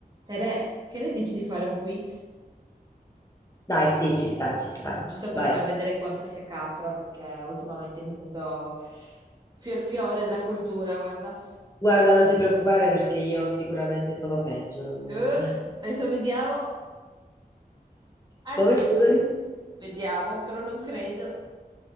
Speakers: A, on the right; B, on the left.
A: Tere, che ne dici di fare un quiz?
B: Dai, sì, ci sta, ci sta.
A: Giusto per
B: Vai.
A: far vedere quanto sia capra, perché ultimamente mi sento fiorfiore della cultura, guarda.
B: Guarda, non ti preoccupare perché io sicuramente sono peggio. non-
A: Eh,
B: <laughs>
A: adesso vediamo. Allora,
B: Come, scusami?
A: vediamo, però non credo.